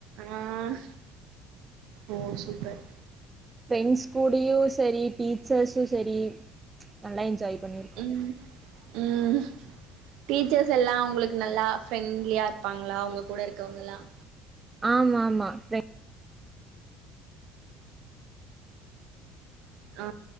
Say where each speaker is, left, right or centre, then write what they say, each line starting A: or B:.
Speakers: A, on the right; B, on the right.
A: ஆஹ் ஓ சூப்பர்
B: ஃப்ரெண்ட்ஸ் கூடயு செரி டீச்சர்ஸு செரி நல்லா என்ஜாய் பண்ணிருக்கோ
A: ம் ம் டீச்சர்ஸ் எல்லாப் உங்களுக்கு நல்லா ஃப்ரெண்ட்லியா இருப்பாங்களா உங்க கூட இருக்கவங்க எல்லாம்
B: ஆமா ஆமா ஃப்ரெண்
A: ஆ